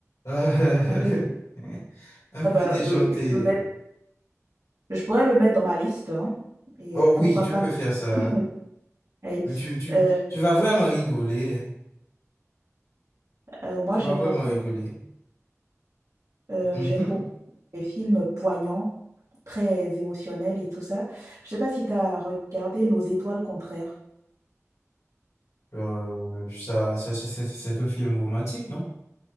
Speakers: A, on the left; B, on the right.
A: Euh,
B: un peu des-
A: <laughs> un peu
B: Ah bah,
A: déjantée.
B: le- je, le mets- je pourrais le mettre dans ma liste hein, et
A: Oh
B: euh, pourquoi
A: oui, tu
B: pas
A: peux
B: le
A: faire ça.
B: regarder. <laughs> Ouais.
A: hein. Tu, tu,
B: Euh,
A: tu vas vraiment rigoler. hein.
B: euh, moi,
A: Tu
B: j'aime
A: vas vraiment
B: beaucoup,
A: rigoler.
B: euh,
A: Mhm.
B: j'aime beaucoup les films poignants, très émotionnels et tout ça. Je sais pas si tu as regardé Nos étoiles contraires.
A: Euh, ça, ça, ça- c'est c'est un film romantique, non?